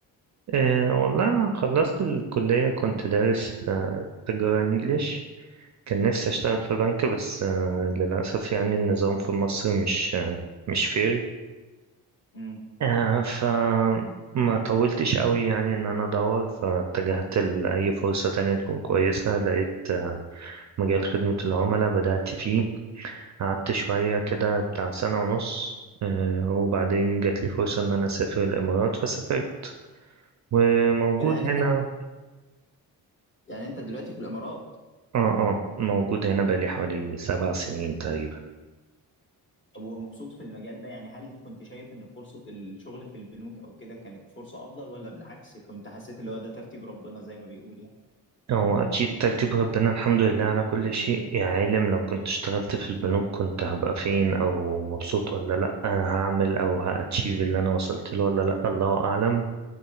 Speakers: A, on the right; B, on the left.
A: إيه والله انا خلصت الكلية كنت دارس آه، تجارة انجليش كان نفسي اشتغل في بنك بس آه، للاسف يعني النظام في مصر مش آه، مش فير
B: امم
A: آه، ف ما طولتش قوي يعني ان انا ادور فاتجهت لاي فرصة تانية تكون كويسة لقيت آه، مجال خدمة العملاء بدأت فيه قعدت شوية كده بتاع سنة ونص آه، وبعدين جات لي فرصة ان انا اسافر الامارات فسافرت وموجود
B: كده يعني
A: هنا
B: انت يعني انت دلوقتي في الامارات
A: اه اه موجود هنا بقالي حوالي سبع سنين تقريبا
B: طب ومبسوط في المجال ده يعني هل كنت شايف ان فرصه الشغل في البنوك او كده كانت فرصه افضل ولا بالعكس كنت حسيت اللي هو ده ترتيب ربنا زي ما بيقول يعني
A: هو أكيد ترتيب ربنا الحمد لله على كل شيء يا عالم لو كنت اشتغلت في البنوك كنت هبقى فين أو مبسوط ولا لأ هعمل أو هأتشيف اللي أنا وصلت له ولا لأ الله أعلم